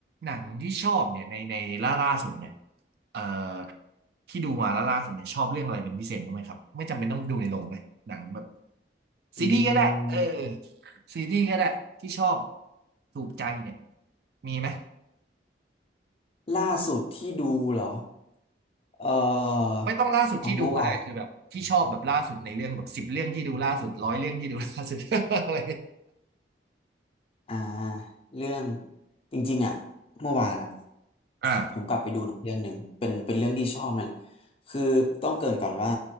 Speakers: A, on the right; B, on the left.
A: หนังที่ชอบเนี่ยในในล่าล่าสุดเนี่ยเอ่อที่ดูมาล่าล่าสุดเนี่ยชอบเรื่องอะไรเป็นพิเศษบ้างไหมครับไม่จำเป็นต้องดูในโรงนะหนังแบบ
B: อืม
A: ซีรีส์ก็ได้เออซีรีส์ก็ได้ที่ชอบถูกใจเนี่ยมีไหม
B: ล่าสุดที่ดูเหรอ เออ
A: ไม่ต้องล่าสุดที่ดูก็ได้คือแบบที่ชอบแบบล่าสุดในเรื่องแบบสิบเรื่องที่ดูล่าสุดร้อยเรื่องที่ดูล่าสุด
B: เอาเมื่อวาน
A: <laughs> อะไร
B: อ่าเรื่องจริงๆอ่ะเมื่อวานอ่ะ
A: อ่า
B: ผมกลับไปดูหนังเรื่องหนึ่งเป็นเป็นเรื่องที่ชอบนั่นแหละคือต้องเกริ่นก่อนว่า